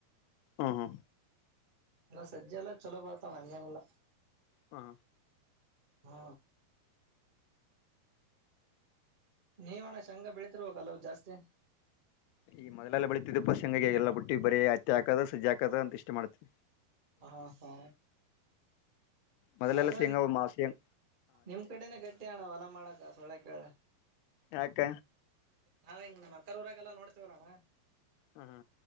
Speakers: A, on the left; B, on the right.
A: ಹ್ಮ ಹ್ಮ
B: ನಲ್ಲ ಸಜೆ ಎಲ್ಲ ಚಲೋ ಬರ್ತಾವ್ ಅಣ್ಣ ಹಂಗೇನಿಲ್ಲ
A: ಹಾ
B: ಹ್ಮ ನೀವಣ ಶಂಗ ಬೆಳಿತಿರ್ಬೇಕಲ್ಲ ಜಾಸ್ತಿ
A: ಈ ಮೊದಲೆಲ್ಲ ಬೆಳೀತಿದ್ದ ಪಸಂಗಗೆ ಎಲ್ಲ ಬ ಬಿಟ್ಟಿ ಬರೀ ಹತ್ತೆ ಹಾಕದ ಸಜ್ಜ ಹಾಕದ ಅಂತ ಇಷ್ಟ ಮಾಡ್ತಿ
B: ಹ ಹಾ
A: ಮೊದಲೆಲ್ಲ
B: ಆದ್ರ
A: ಶೇಂಗಾ ಶೇಂಗ
B: ನಿಮ್ ಕಡೆನೆ ಗಟ್ಟಿ ಅಣ್ಣಾ ಹೊಲ ಮಾಡಕ ಸುಳ್ಳ ಯಾಕ್ ಹೇಳಿ
A: ಯಾಕ
B: ನಾವ್ ಹಿಂಗ್ ನಮ್ಮ್ ಅಕ್ಕರ ಊರಾಗೆಲ್ಲಾ ನೋಡ್ತವಲ್ಲಣ್ಣ
A: ಹ್ಮ ಹ್ಮ